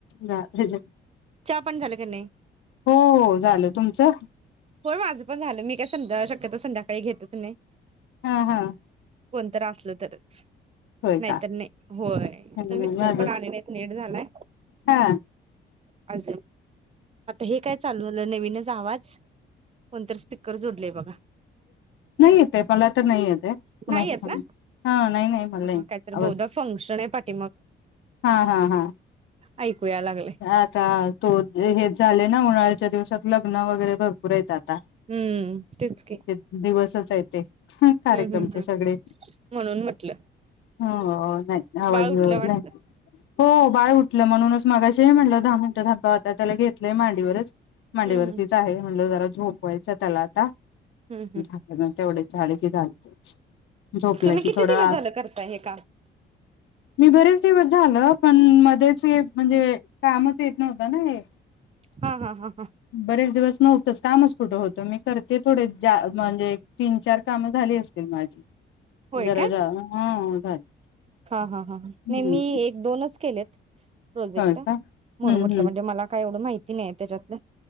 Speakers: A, on the left; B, on the right.
A: हं झीज
B: च्या पाणी झालं का नही?
A: हो हो झालं तुमचं?
B: होय माझं पण झालं मी काय संध्या शक्यतो संध्याकाळी घेतच नाही.
A: हा हा
B: कोणतर असल तरच
A: होय
B: नाहीतर
A: का
B: नाही, होय
A: माझ
B: अता मिस्टर पण आले नाहीत लेट झालाय.
A: हा
B: आज आता हे काय चालू झालं नवीनच आवाज? वंतर स्टि कर जोडलय बघा.
A: नाही येते मला तर नाही येते, कुणा
B: नाही येत ना
A: हा नाही नाही मला
B: ह
A: नाही
B: हा कायतर
A: आवाज
B: बहुदा फंक्शन आहे पाठी
A: हा हा हा
B: ऐकूया लागले
A: आता तो हेच झाले ना उन्हाळाच्या दिवसात लग्न वगैरे भरपूर येतात. ता
B: हम्म तेच की
A: ते दिवसच आहेत ते कार्यक्रमचे
B: हम् हम् हम्
A: सगळे
B: म्हणून म्हटलं
A: ह नाही आवाज
B: बाळ
A: नाही.
B: उठलं वाटतं
A: हो बाळ उठलं म्हणूनच मगाशी म्हटलं दहा मिनटं धाबा, तर त्याला घेतलाय मांडीवरच मांडीवरतीच
B: हम्म हम्
A: आहे म्हणलं जरा झोपवायचं त्याला आता
B: हम्म हम्
A: झाकलं न तेवढे झाले की झालं त्यांचं झोपलं
B: तुम्ही
A: की
B: किती
A: थोडा
B: दिवस झालं करताय हे काम
A: मी बरेच दिवस झालं पण मध्येच म्हणजे कामच येत नव्हतं ना हे.
B: हा हा हा हा
A: बरेच दिवस नव्हतंच कामच कुठं होतं मी करते थोडे जा म्हणजे तीन चार कामं झाली असतील माझी
B: होय
A: जरा
B: काय
A: जा हा <unintelligible>
B: हा हा हा नाही
A: हम्म
B: मी एक दोनच केले प्रोजेक्ट
A: होय
B: म्हणून
A: का हम्म
B: म्हटल
A: हम्म
B: म्हणजे मला काय एवढं माहि ती नाही त्याच्यातलं